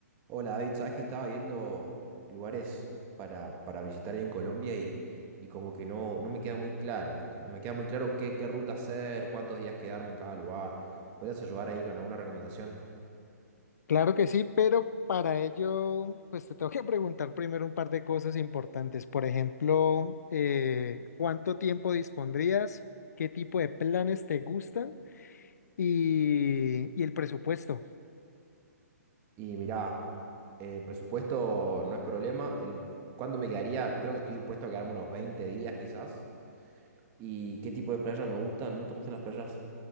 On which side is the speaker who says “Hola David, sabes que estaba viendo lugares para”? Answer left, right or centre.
Right